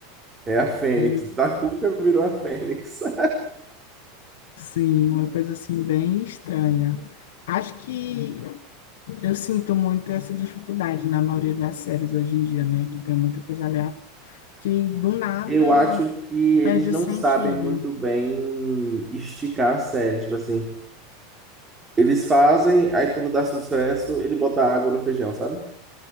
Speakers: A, on the right; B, on the left.
A: É a Fênix.
B: mas
A: Da Cuca virou a Fênix. <laughs>
B: sim, uma coisa assim bem estranha. Acho que eu sinto muito essa dificuldade na maioria das séries hoje em dia, né? Que tem muita coisa aleatória que do nada
A: Eu acho que eles
B: Perde o
A: não
B: sentido.
A: sabem muito bem esticar a série. Tipo assim, eles fazem, aí quando dá sucesso, ele bota água no feijão, sabe?